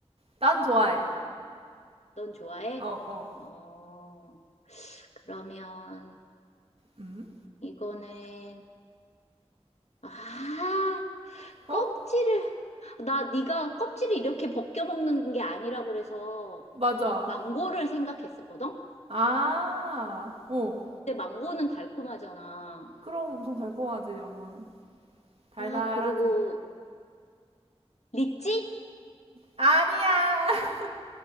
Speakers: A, on the right; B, on the left.
A: 난 좋아해.
B: 넌 좋아해?
A: 어, 어.
B: 어, 그러면
A: 음.
B: 이거는 아, 껍질을
A: 어?
B: 나 네가 껍질을 이렇게 벗겨 먹는 게 아니라 그래서
A: 맞아.
B: 망고를 생각했었거든.
A: 아. 어.
B: 근데 망고는 달콤하잖아.
A: 그럼 엄청 달콤하지, 망고는. 달달하지.
B: 아, 그리고 리찌? <laughs>
A: 아니야. <laughs>